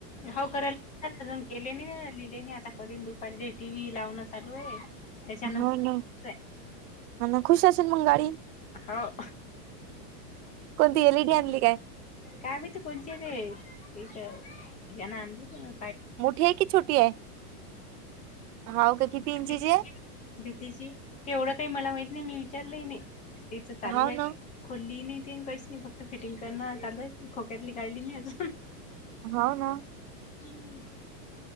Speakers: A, on the left; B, on the right.
A: हो करायला अजून केलेने लिहिलेने आता करीन दुपारी टी व्ही लावणं चालू आहे त्याच्यानंतर
B: हो ना ना खुश असेल मग गाडी
A: हो
B: कोणती एलईडी आणली काय
A: काय माहीत कोणची <inaudible> र त जण आणली ना
B: मोठी आहे की छोटी आहे ह का किती इंची
A: भीतीची
B: चे आहे
A: भीतीची ते एवढं काही मला माहित नाही मी विचारलंय नाही तेच चालू
B: हाव
A: आहे
B: ना
A: खोलली नाही ती काहीच नाही फक्त फिटिंग करणं चालय खोक्यातली काढली नाही अजून
B: हाव ना
A: हम्म